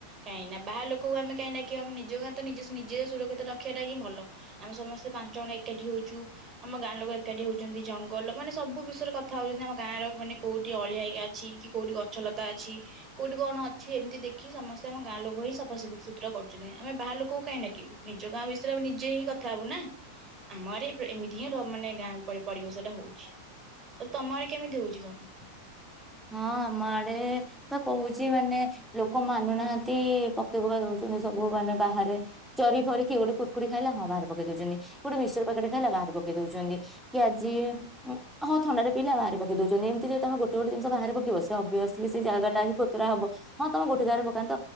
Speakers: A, on the right (about 25°); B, in the centre.
A: କାହିଁକି ନା ବାହା ଲୋକଙ୍କୁ ଆମେ କାହିଁକି ଆମ ନିଜ ତ ନିଜ ନିଜେ ସୁରକ୍ଷିତ ରଖିବା ଟା ହିଁ ଭଲ ଆମେ ସମସ୍ତେ ପାଞ୍ଚ ଜଣ ଏକାଠି ହଉଛୁ। ଆମ ଗାଁ ଲୋକ ଏକାଠି ହଉ ଜଙ୍ଗଲ ମାନେ ସବୁ ବିଷୟରେ କଥା ହଉଛନ୍ତି ଆମ ଗାଁର ମାନେ କୋଉଠି ଅଳିଆ <unintelligible> ଅଛି କି କୋଉଠି ଗଛ ଲତା ଅଛି। କୋଉଠି କଣ ଅଛି ଏମିତି ଦେଖି ସମସ୍ତେ ଆମ ଗାଁ ଲୋକ ହିଁ ସଫାସା ସୁତୁରା କରୁଛନ୍ତିମେ ବାହାର ଲୋକ କାହିଁ ଡାକିବୁ। ନିଜ ଗାଁ ବିଷୟରେ ଆମେ ନିଜେ ହିଁ କଥା ହବୁ ନା। ଆମ ଆଡେ ଏମିତି ହିଁ ମାନେ ଗାଁ ପରି ପରିବେଶ ଟା ହଉଚି। କହିଲି ତମ ଆଡେ କେମିତି ହଉଚି କଣ?
B: ହଁ ଆମ ଆଡେ ପା କହୁଚି ମାନେ ଲୋକ ମାନୁନାହାନ୍ତି ପ ପକେଇ ପୁକା ଦଉଛନ୍ତି ସବୁ ମାନେ ବାହାରେ। ଜରି ଫରି କିଏ ଗୋଟେ କୁରୁକୁରି ଖାଇଲା ହଁ ବାହାରେ ପକେଇ ଦଉଚନ୍ତି। ଗୋଟେ ମିକ୍ସଚର ପ୍ୟାକେଟ୍ ହେଲା ବାହାରି ପକେଇ ଦଉଚନ୍ତି। କି ଆଜି ହଁ ଥଣ୍ଡା ଟେ ପିଇଲା ବାହାରେ ପକେଇ ଦଉଚନ୍ତି। ଏମିତି ଯଦି ତମେ ଗୋଟେ ଗୋଟେ ଜିନିଷ ବାହାରେ ପକେଇବ ସେ ଓବିଅସ୍ଲି ସେ ଜାଗା ହିଁ କୋତରା ହବ। ହଁ ତମେ ଗୋଟେ ଜାଗାରେ ପକାନ୍ତ।